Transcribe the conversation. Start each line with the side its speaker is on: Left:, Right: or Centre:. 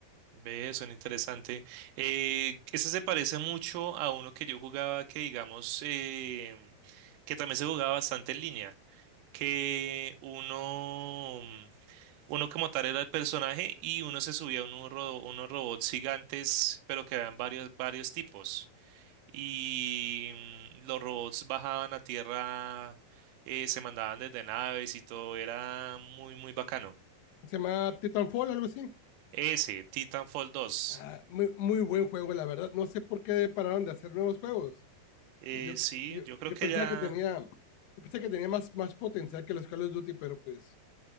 Right: ve, suena interesante. Eh, ese se parece mucho a uno que yo jugaba que, digamos, em, que también se jugaba bastante en línea, que uno Uno como tal era el personaje y uno se subía a unos ro- unos robots gigantes, pero que eran varios, varios tipos. Y mm, los robots bajaban a tierra, eh, se mandaban desde naves y todo, era muy, muy bacano.
Left: Se llama Titanfall, algo así.
Right: Ese, Titanfall dos
Left: Ah, muy, muy buen juego, la verdad. No sé por qué pararon de hacer nuevos juegos.
Right: Eh,
Left: Yo,
Right: sí,
Left: yo,
Right: yo creo
Left: yo
Right: que
Left: pensaba
Right: ya,
Left: que tenía, yo pensé que tenía más, más potencial que los Call of Duty, pero pues